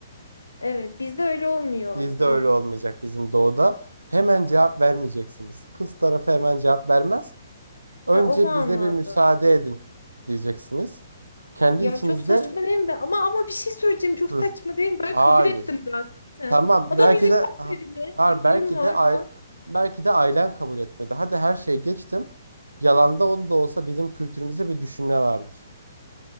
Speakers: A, on the left; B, on the right.
A: Evet bizde öyle olmuyor.
B: Bizde
A: Yok.
B: öyle olmayacak bizim doğuda. Hemen cevap vermeyeceksiniz. Kız tarafı hemen cevap vermez. Önce
A: Ha o manada.
B: bize bir müsaade edin diyeceksiniz. Kendi
A: Ya
B: içinizde
A: çok saçma değil mi? Ama ama bir şey söyleyeceğim. Çok
B: Hı.
A: saçma değil mi? Ben
B: hayır.
A: kabul ettim zaten.
B: Tamam
A: Adam
B: belki
A: yüzük
B: de
A: tak
B: ha,
A: dedi. be.
B: ha,
A: Yüzüğüm
B: belki
A: var
B: de aile,
A: bak.
B: belki de ailen kabul etmedi. Hadi her şeyi geçtim. Yalanda onu da olsa bizim kültürümüzde bir düşünme vardır.